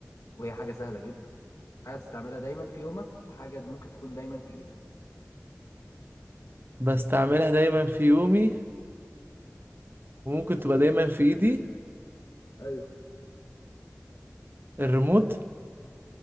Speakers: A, on the left; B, on the right.
A: وهي حاجه سهله جدا حاجه تستعملها دايما في يومك وحاجه ممكن تكون دايما في ايدك
B: بستعملها دايما في يومي وممكن تبقى دايما في ايدي
A: ايوه
B: الريموت